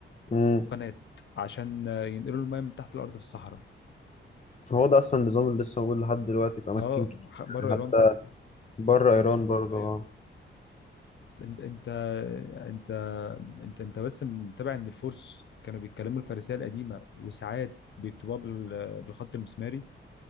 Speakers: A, on the left (about 35°); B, on the left (about 60°).
A: مم.
B: القناه عشان ينقلوا الميه من تحت الارض في الصحراء
A: هو ده اصلا النظام اللي لسه موجود لحد دلوقتي في اماكن
B: اه
A: كتير
B: ح- بره
A: يعني
B: ايران
A: حتى
B: حتى
A: بره ايران برضه
B: ايوه
A: آه.
B: انت انت انت انت انت بس متابع ان الفرس كانوا بيتكلموا الفارسيه القديمه وساعات بيكتبوها بال- بالخط المسماري